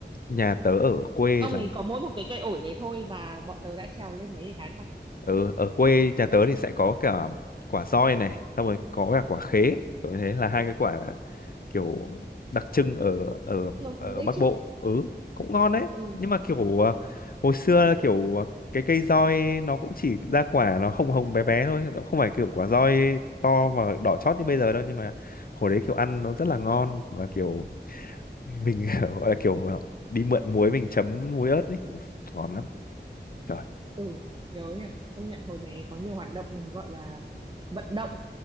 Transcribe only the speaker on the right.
ông
ấy có mỗi một cái cây ổi đấy thôi và bọn tớ đã trèo lên đấy để hái
nhiều
thứ đấy
chứ
ừ
ừ nhớ nhỉ công nhận hồi bé có nhiều hoạt động gọi là vận động